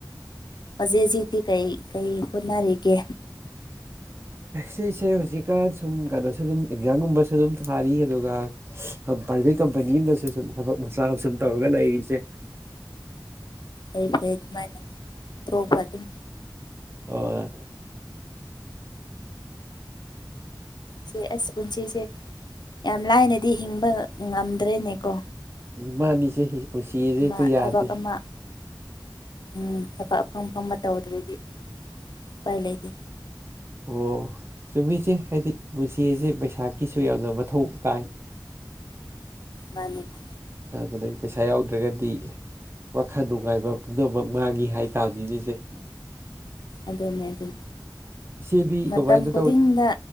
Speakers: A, on the left; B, on the right.
A: ꯍꯧꯖꯤꯖꯤꯗꯤꯤ ꯀꯩ ꯀꯩ ꯍꯣꯠꯅꯔꯤꯒꯦ
B: ꯁꯤꯁꯦ ꯍꯧꯖꯤꯛꯀ ꯁꯨꯝ ꯀꯩꯅꯣꯁꯨ ꯑꯗꯨꯝ ꯑꯦꯛꯖꯥꯝꯒꯨꯝꯕꯁꯨ ꯑꯗꯨꯝ ꯊꯥꯔꯤ ꯑꯗꯨꯒ ꯄ꯭ꯔꯥꯏꯚꯦꯠ ꯀꯝꯄꯅꯤ ꯑꯗꯁꯨ ꯁꯨꯝ ꯊꯕꯛ ꯃꯆꯥ ꯑꯃ ꯁꯨꯝ ꯇꯧꯔꯒ ꯂꯩꯔꯤꯁꯦ
A: ꯑꯩ ꯐꯩ ꯑꯗꯨꯃꯥꯏꯅ ꯇꯧꯕꯄ ꯑꯗꯨꯝ
B: ꯑꯣ
A: ꯆꯦ ꯑꯁꯤꯁ ꯄꯨꯟꯁꯤꯁꯦ ꯌꯥꯝ ꯂꯥꯏꯅꯦꯗꯤ ꯍꯤꯡꯕ ꯉꯝꯗ꯭ꯔꯦꯅꯦꯀꯣ
B: ꯎ ꯃꯥꯅꯤꯁꯦ ꯄꯨꯟꯁꯤꯁꯦ
A: ꯑꯃ
B: ꯍꯦꯛꯇ ꯌꯥꯗꯦ
A: ꯊꯕꯛ ꯑꯃ ꯎꯝ ꯊꯕꯛ ꯑꯝ ꯑ ꯐꯕ ꯇꯧꯗ꯭ꯔꯗꯤ ꯎꯄꯥꯏ ꯂꯩꯇꯦ
B: ꯑꯣ ꯆꯨꯝꯃꯤꯁꯦ ꯍꯥꯏꯗꯤ ꯄꯨꯟꯁꯤꯁꯦ ꯄꯩꯁꯥꯀꯤꯁꯨ ꯌꯥꯝꯅ ꯃꯊꯧ ꯇꯥꯏ <inaudible>
A: ꯃꯥꯅꯤ ꯃꯥ
B: ꯑꯗꯨꯗꯒꯤ ꯄꯩꯁꯥ ꯌꯥꯎꯗ꯭ꯔꯒꯗꯤ ꯋꯥꯈꯜ ꯅꯨꯡꯉꯥꯏꯕ ꯄꯨꯝꯅꯃꯛ ꯃꯥꯡꯉꯤ ꯍꯥꯏꯇꯥꯥꯔꯗꯤ ꯂꯩꯖꯩ
A: ꯑꯗꯨꯗꯅꯦꯦ ꯑꯗꯨ
B: ꯏꯆꯦꯗꯤ
A: ꯃꯇꯝ
B: ꯀꯃꯥꯏꯅ
A: ꯈꯨꯗꯤꯡꯗ
B: ꯇꯧꯏ